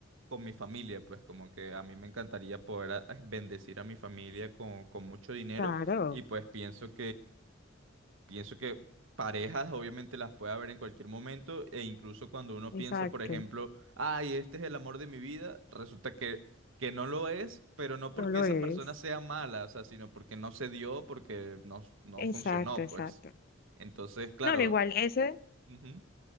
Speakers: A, on the right; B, on the left.
A: con mi familia, pues como que a mí me encantaría poder a- a- bendecir a mi familia con, con mucho dinero
B: Claro,
A: y pues pienso Pienso que parejas obviamente las puede haber en cualquier momento e incluso cuando uno
B: exacto.
A: piensa, por ejemplo, ay, este es el amor de mi vida, resulta que, que no lo es, pero no porque
B: No lo
A: esa
B: es.
A: persona sea mala, o sea, sino porque no se dio, porque no, no
B: Exacto,
A: funcionó,
B: exacto.
A: pues. Entonces, claro.
B: No, no, igual, ese,
A: ujú.